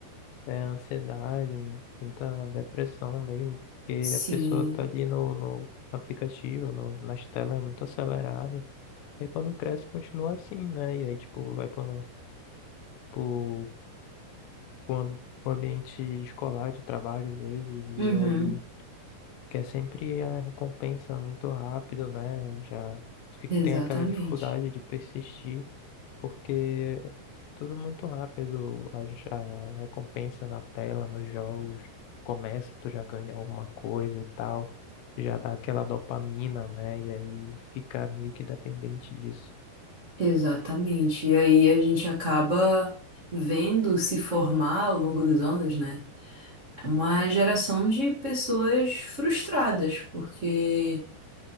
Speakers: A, on the left; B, on the right.
A: é, ansiedade, muita depressão mesmo. Porque
B: Sim.
A: a pessoa tá ali no, no aplicativo, no, nas telas, é muito acelerada. E quando cresce, continua assim, né? E aí, tipo, vai para pro, pro, pro um ambiente escolar, de trabalho, às vezes,
B: Uhum.
A: e aí. que é sempre a recompensa muito rápido, né? Já fica-
B: Exatamente.
A: tem aquela dificuldade de persistir, porque é tudo muito rápido, a, j- a recompensa na tela, nos jogos, começa, tu já ganha alguma coisa e tal, já dá aquela dopamina, né? E aí fica meio que dependente disso.
B: Exatamente. E aí a gente acaba vendo se formar ao longo dos anos, né? Uma geração de pessoas frustradas, porque.